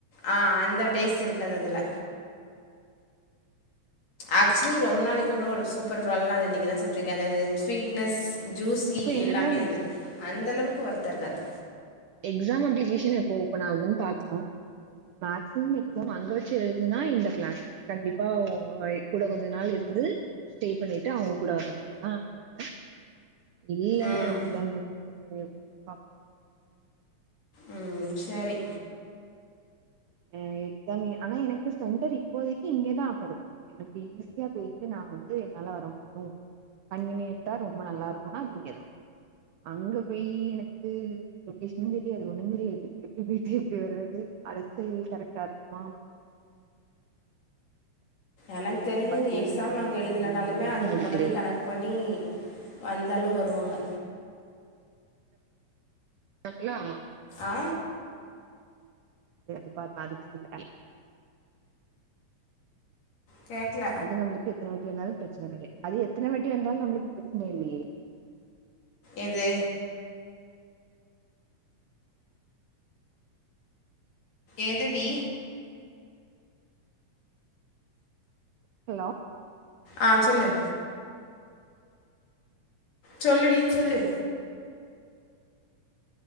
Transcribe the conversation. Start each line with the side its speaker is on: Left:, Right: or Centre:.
Left: ஆ அந்த டேஸ்ட் இருக்காது அதுல ஆக்சுலி ரொம்ப நாளக்கு அப்பற ஒரு சூப்பர் இறால்னா அது இன்னக்குதா சாப் புட்டு இருக்க அது ஸ்வீட்னஸ் ஜூஸி
Right: இப்ப என்னன்னா
Left: எல்லாமே இது அந்தளவுக்கு ஒருத்தா இருக்காது
Right: எக்ஸாம் அப்ளிகேஷன் எப்போ ஓப்பன் ஆகுதுன்னு பாக்கலா மேக்சிம் எக்ஸாம் அங்க வச்சு எழுதுனா இந்த பிளான் கண்டிப்பா ஐ கூட கொஞ்ச நாள் இருந்து ஸ்டே பண்ணிட்டு அவுங்க கூட வரமார் தா பிளானு இல்ல
Left: ம்
Right: எக்ஸாம் வந்து பாப்போம்.
Left: ம் சேரி
Right: அ எக்ஸாமே ஆனா எனக்கு சென்டர் இப்போதைக்கு இங்கதா ஆப்பரு எனக்கு ஈஸியா போயிட்டு நா வந்து என்னால வர முடியு கன்வீனியன்ட்டா ரொம்ப நல்லா இருக்குனா அது இங்கதா அங்க போய் எனக்கு லொகேஷனு தெரியாது ஒண்ணு தெரியாது எப்டி போயிட்டு எப்டி வர்றது அலச்சல் கரெக்டா இருக்குமா
Left: எனக் தெரிஞ்சி
Right: பஸ்
Left: நீ
Right: ஏறி
Left: எக்ஸாம்
Right: எறங்கிக்க
Left: அங்க எழுதுலனாலுமே
Right: முடியுமாங்கிறது
Left: அதுக்கு
Right: நம்மளுக்கு
Left: முன்னாடி
Right: தெரியாது
Left: கனெக்ட் பண்ணி வந்தாலு வருவாங்க
Right: <unintelligible>
Left: ஆ
Right: <inaudible>
Left: கேக்ல
Right: அது நம்ளுக்கு எத்தன வட்டி வந்தாலு பிரச்சன கெடையா அது எத்தன வாட்டி வந்தாலு நம்ளுக்கு பிரச்சன இல்லையே
Left: எது எது டி
Right: ஹலோ
Left: ஆ சொல்லு சொல்லுடி சொல்லு